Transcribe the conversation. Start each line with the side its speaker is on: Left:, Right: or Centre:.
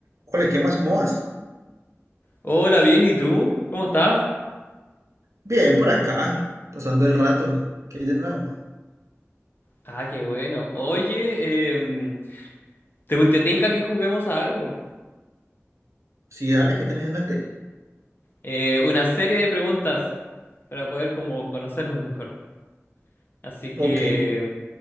Right: Ole ¿qué más? ¿Cómo vas?
Left: Hola, bien, ¿y tú? ¿Cómo estás?
Right: Bien, por acá, pasando el rato. ¿Qué hay de nuevo?
Left: Ah, qué bueno. Oye, em, ¿te, te tinca que juguemos a algo?
Right: Sí, dale, ¿qué tenés en mente?
Left: Eh, una serie de preguntas para poder como conocernos mejor. Así que,
Right: Ok,